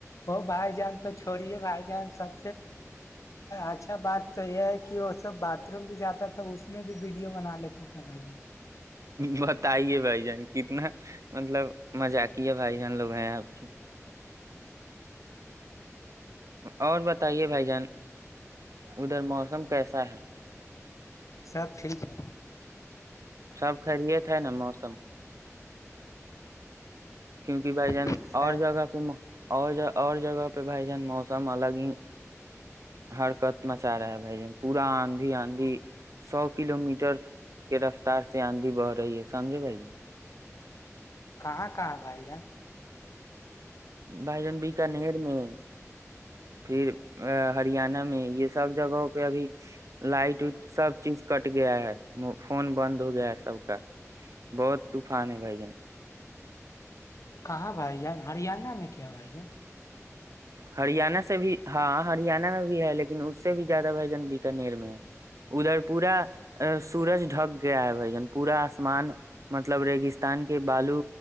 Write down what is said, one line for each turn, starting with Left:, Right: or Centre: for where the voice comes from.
Left: وہ بھائی جان تو چھوڑی ہے بھائی جان سب اچھا بات تو یہ ہے کہ وہ سب باتھ روم بھی جاتا تھا اس میں بھی ویڈیو بنا لیتا تھا وہائی
Right: بتائیے بھائی جان کتنا مطلب مزا کیا ہے بھائی جان لوگ ہیں آپ کی اور ب بتائیے بھائی جان ادھر موسم کیسا ہے <inaudible>
Left: سب ٹھیک ہے
Right: سب خریت ہے نا موسم کیونکہ بھ جن
Left: پروف
Right: اور
Left: ہے
Right: جگہ پ اور ج اور جگہ پہ بھائی جان موسم الگ ہی ہرکت مچا رہا ہے بائی جان پورا آندھی آندھی سو کلو میٹر رفتار سے آندھی بہ رہی ہے سمجھے بائیے
Left: کہاں کہاں بھائی جان
Right: بھائی جان بکانیر میں پھر ا ہریانہ میں یہ سب جگہوں پہ ابھی لائٹ وٹ سب چیز کٹ گیا ہے فون بند ہو گیا ہے سب کا بہت طوفان ہے بھائی جان
Left: کہاں بھائی جان ہریانہ میں کیا بھائی ج
Right: ہریانہ سے بھی ہاں ہریانہ میں بھی ہے لیکن اس سے بھی زیادہ بھائی جن بکانر میں ادھر پورا سورج ڈھک گیا ہے بھائی جن پورا آسمان مطلب ریگستان کے بالو